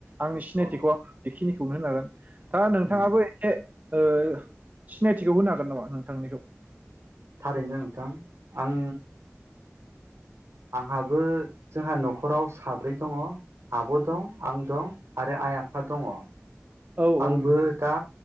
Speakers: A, on the right; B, on the right.
A: आंनि सिनायथिखौ
B: अ
A: आंङो खिनिखौनो होनो हागोन दा नोंथाङाबो
B: उम
A: एसे ओ सिनायथिखौ होनो हागोन नामा नोंथांनिखौ
B: थारैनो नोंथां आं आंहाबो जोंहा नखराव साब्रै दङ' आब दं आं दं आरो आइ आफा दङ'।
A: औ औ
B: आंबो
A: नोंथां
B: दा